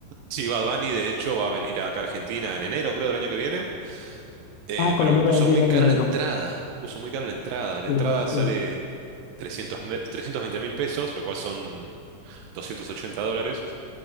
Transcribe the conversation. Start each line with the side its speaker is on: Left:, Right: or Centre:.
Right: Sí, Bad Bunny de hecho va a venir acá a Argentina en enero, creo, del año que viene, eh,
Left: Ah, Colombia
Right: pero puso
Left: también viene
Right: muy cara
Left: en enero.
Right: la entrada, puso muy cara la entrada. La
Left: Sí,
Right: entrada
Left: sí,
Right: sale
Left: sí.
Right: trescientos me- trescientos veinte mil pesos, lo cual son 280 dólares,